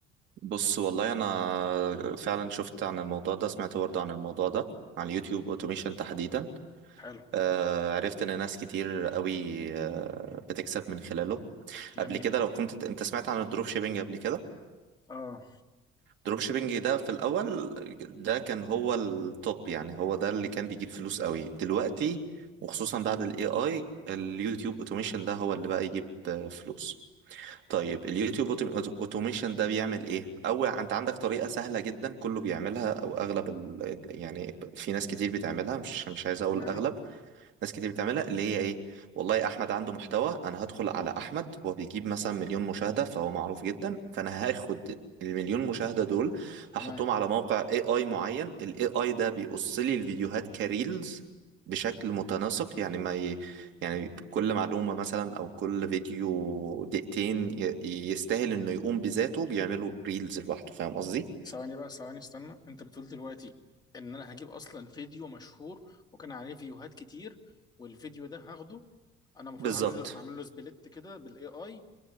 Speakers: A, on the right (about 65°); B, on the left (about 20°).
A: بص والله انا فعلا شفت عن الموضوع ده سمعت برضه عن الموضوع ده على اليوتيوب اوتوميشن تحديدا
B: حلو
A: آه عرفت ان ناس كتير قوي آه بتكسب من خلاله قبل
B: جميل
A: كده لو كنت انت سمعت عن الدروب شيبينج قبل كده
B: اه
A: الدروب شيبينج ده في الاول ده كان هو التوب يعني هو ده اللي كان بيجيب فلوس قوي دلوقتي وخصوصا بعد الاي اي اليوتيوب اوتوميشن ده هو اللي بقى يجيب آه، فلوس طيب اليوتيوب اوتوميشن ده بيعمل ايه اول انت عندك طريقه سهله جدا كله بيعملها او اغلب ال... يعني في ناس كتير بتعملها مش مش عايز اقول
B: تمام
A: الاغلب ناس كتير بتعملها اللي هي ايه والله احمد عنده محتوى انا هدخل على احمد هو بيجيب مثلا مليون مشاهدة فهو معروف جدا فانا هاخد المليون مشاهدة دول هحطهم
B: تمام
A: على موقع اي اي معين الاي اي ده بيقص لي الفيديوهات كريلز بشكل متناسق يعني ما ي... يعني كل معلومة مثلا او كل فيديو دقيقتين ي... يستاهل انه يقوم بذاته بيعملوا ريلز لوحده فاهم قصدي
B: ثواني بقى ثواني استنى انت بتقول دلوقتي ان انا هجيب اصلا فيديو مشهور وكان عليه فيوهات كتير والفيديو ده هاخده انا المفروض
A: بالظبط
B: اعمل له اعمل له سبليت كده بالاي اي